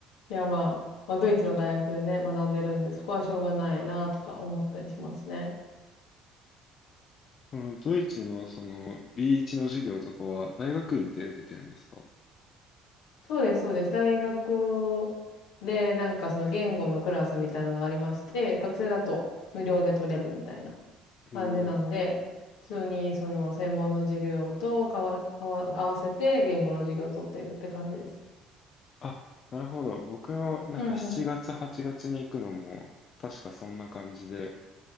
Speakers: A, on the left; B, on the left.
A: いや、まあ、まあドイツの大学でね、学んでるんで、そこはしょうがないなとか思ったりしますね。
B: その、ドイツのその B1 の授業とかは大学院で受けてるんですか
A: そうです、そうです。大学で、なんかその言語のクラスみたいなのがありまして、学生だと無料で取れるみたいな感じなんで、
B: おお。
A: 普通にその専門の授業とかわ、合わ合わせて言語の授業を取ってるって感じです。
B: あ、なるほど。僕のなんか7月、
A: うんうん。
B: 8月に行くのも、確かそんな感じで、